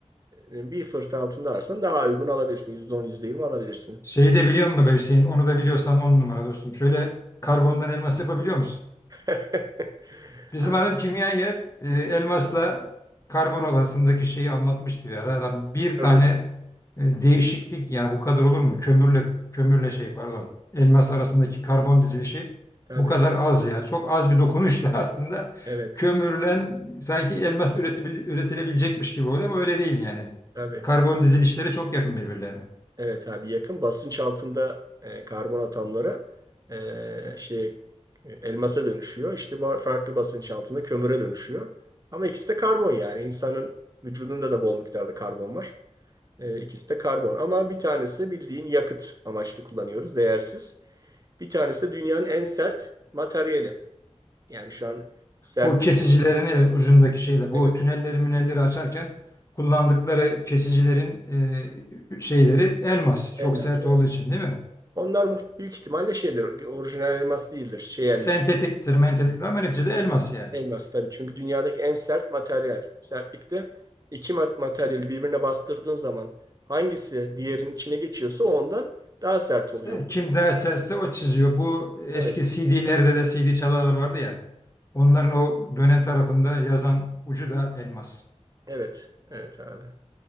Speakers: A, on the right (about 30°); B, on the left (about 25°).
A: e, bir fırt altında alırsan daha uygun alabilirsin. %10, %20 alabilirsin.
B: Şeyi de biliyor musun be Hüseyin? Onu da biliyorsan on numara dostum. Şöyle karbondan elmas yapabiliyor musun?
A: <laughs>
B: Bizim
A: Abi,
B: adam kimyager e, elmasla karbon odasındaki şeyi anlatmıştı bir ara. Lan bir
A: ömür.
B: tane e, değişiklik yani bu kadar olur mu? Kömürle kömürle şey pardon elmas arasındaki karbon dizilişi
A: Tabii,
B: bu kadar az ya. Çok az bir dokunuşla <laughs> aslında
A: evet,
B: kömürlen sanki elmas üretebil- üretilebilecekmiş gibi oluyor ama öyle değil yani.
A: tabii.
B: Karbon dizilişleri çok yakın birbirlerine.
A: Evet abi yakın. Basınç altında e, karbon atomları e, şey e, elmasa dönüşüyor. İşte ba- farklı basınç altında kömüre dönüşüyor. Ama ikisi de karbon yani. İnsanın vücudunda da bol miktarda karbon var. E, ikisi de karbon. Ama bir tanesi bildiğin yakıt amaçlı kullanıyoruz. Değersiz. Bir tanesi de dünyanın en sert materyali. Yani şu an sert
B: Bu kesicilerin evet ucundaki şeyle bu
A: evet,
B: tünelleri münelleri açarken kullandıkları kesicilerin e, şeyleri elmas. Çok
A: elmas
B: sert
A: evet.
B: olduğu için değil mi?
A: Onlar muht- büyük ihtimalle şeydir. Orijinal elmas değildir. Şey elmas.
B: Sentetiktir, mentetiktir ama neticede elmas yani.
A: Elmas tabii çünkü dünyadaki en sert materyal. Sertlikte iki mat- materyali birbirine bastırdığın zaman hangisi diğerinin içine geçiyorsa o ondan daha sert
B: İşte
A: oluyor.
B: kim derse o çiziyor. Bu eski
A: Evet,
B: CD'lerde de CD çalarlar vardı ya. Onların o dönen tarafında yazan ucu da elmas.
A: evet, evet abi.